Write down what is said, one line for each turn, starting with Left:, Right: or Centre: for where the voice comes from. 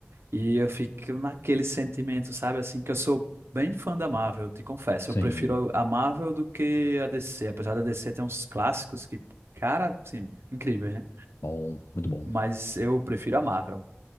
Right: e eu fico naquele sentimento, sabe? Assim, que eu sou bem fã da Marvel, eu te confesso.
Left: Sim.
Right: Eu prefiro a Marvel do que a DC. Apesar da DC ter uns clássicos que, cara, assim, incríveis, né?
Left: Bom, muito bom.
Right: Mas eu prefiro a Marvel.